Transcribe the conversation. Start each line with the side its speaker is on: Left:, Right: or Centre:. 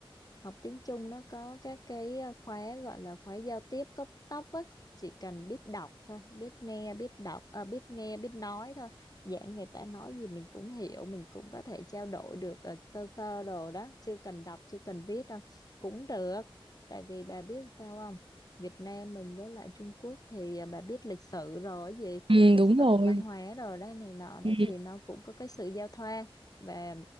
Left: học tiếng Trung nó có các cái à, khóa gọi là khóa giao tiếp cấp tốc ấy chỉ cần biết đọc thôi biết nghe biết đọc à, biết nghe biết nói thôi dạng người ta nói gì mình cũng hiểu mình cũng có thể trao đổi được ờ, sơ sơ đồ đó chưa cần đọc chưa cần viết đâu cũng được tại vì bà biết sao không Việt Nam mình với lại Trung Quốc thì à, bà biết lịch sử rồi cái gì
Right: Ừ
Left: lịch
Right: đúng
Left: sử
Right: rồi.
Left: văn hóa rồi đấy này nọ đó
Right: Ừ,
Left: thì nó cũng có cái sự giao thoa và